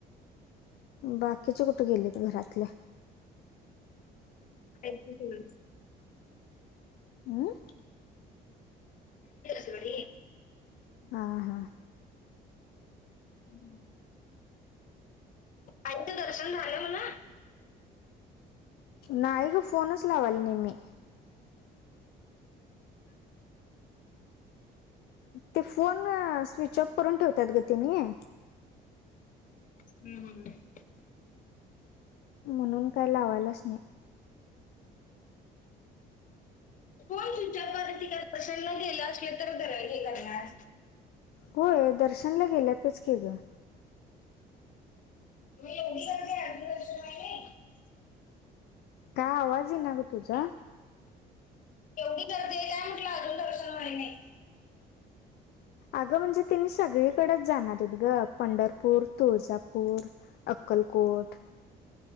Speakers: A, on the left (about 70°); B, on the left (about 50°).
A: बाकीचे कुठे गेलीत घरातले
B: ह.
A: ह
B: सोनी
A: ह, हा
B: हम्म. आईचं दर्शन झालं म्हण
A: नाही ग फोनच लावाला नाही मी ते फोन स्विच ऑफ करून ठेवतात ग त्यानी
B: ह, ह, ह
A: म्हणून काय लावालच नाही
B: फोन स्विच ऑफ प्रशनला गेलं असले तर दर हे करणार
A: होय दर्शनला गेल्यातच की ग
B: ओिस अिकल्न आहे.
A: का आवाज इना नग तुझा
B: एवढी गर्दी हाय काय म्हटलं अजून दर्शन व्हाय नाही
A: अगं म्हणजे त्यांनी सगळीकडेच जाणार आहेत ग पंढरपूर, तुळजापूर अक्कलकोट